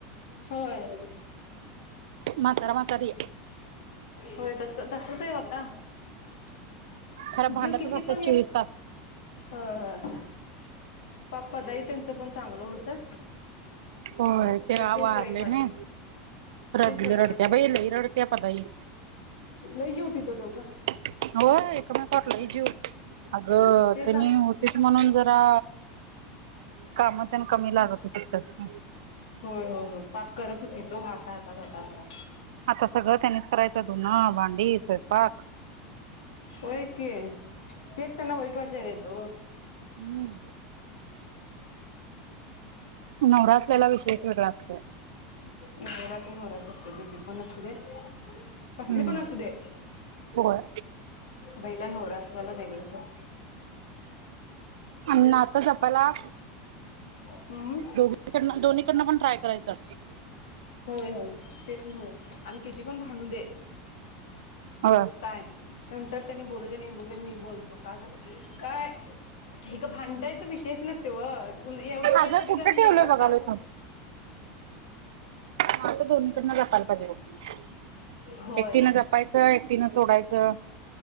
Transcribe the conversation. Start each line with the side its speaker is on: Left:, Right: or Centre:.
Left: होय.
Right: म्हातारा म्हातारी आहे.
Left: होय तसं तसच आहे होता.
Right: खरं भांडतच
Left: जीव किती
Right: असतात
Left: पण
Right: चोवीस
Left: एक
Right: तास
Left: हा हा पाप्पा दही त्यांचं पण चांगलं होतं.
Right: होय
Left: एकदा
Right: तेव्हा
Left: तेच
Right: वारले
Left: वाईट वाटते
Right: ना, रडले
Left: तेच वाईट
Right: रडत्या
Left: वाटते
Right: लई रडत्या पदाई.
Left: लई जिऊ तिथं दोघं.
Right: होय. कोणाकड लय जीऊ? अगं
Left: ते
Right: त्यांनी
Left: सांग
Right: होतेच म्हणून जरा काम तेन कमी लागत होती त्यास्नी.
Left: होय हो हो, पाप करत होतीत ओ हात हातात हातातात.
Right: आता सगळं त्यांनीच करायचं धुनं, भांडी, स्वयंपाक.
Left: होय की तीसताना वईट वातयेतो.
Right: हम्म. नवरा असलेला विशेष वेगळा असतं.
Left: नवरा तो नवराच असतोय गं. तीपण असू दे,
Right: हम्म
Left: कसली पण असू दे.
Right: होय.
Left: बाईला नवरा असल्याला वेगळंच असतंय.
Right: आणि नातं जपायला
Left: अं.
Right: इकडंनं दोनहीकडनं पण ट्राय करायचं.
Left: होय होय ते पण होय, आम्ही किती पण भांडूदे
Right: अ.
Left: काय नंतर त्यांनी बोलूदे, नाही बोलूदे मी बोलतो. का काय हे क भांडायचा विषयच नसते व. एवढ्या-एवढ्या
Right: अगं
Left: साठीच
Right: कुठं
Left: आम्ही
Right: ठेवलंय
Left: हे करता.
Right: बघालोय नातं दोन्हीकडनं जपायला <unintelligible>
Left: होय
Right: एकटीनं जपायचं एकटीनं सोडायचं.